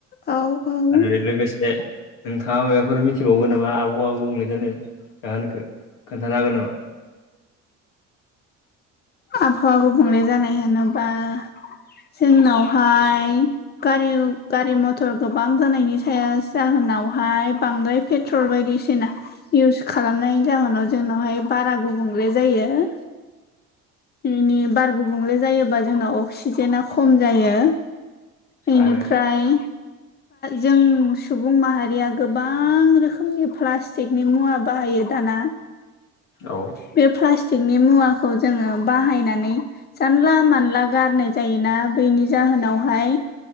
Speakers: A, on the left; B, on the left.
A: औ औ
B: आरो लोगोसे नोंथाङा माबाफोर मिथिबावगोन नामा आबहावा गुबुंले जानाय जाहोनखौ खोन्थानो हागोन नामा?
A: आबहावा गुबुंले जानाय होनोबा जोंनावहाय गारि गारि मथर गोबां जानायनि साया जाहोनावहाय बांद्राय फे पेट्रल बायदिसिना इउस खालामनायनि जाहोनाव जोंनावहाय बारा गुबुंले जायो‌। मिनि बार गुबुंले जायोबा जोंनाव अक्सिजेना खम जायो। इनिफ्राय
B: आरो
A: जों सुबुं माहारिया गोबां रोखोमनि प्लास्टिकनि मुवा बाहायो दाना
B: औ
A: बे प्लास्टिकनि मुवाखौ जोङो बाहायनानै जानला मानला गारनाय जायोना बैनि जाहोनावहाय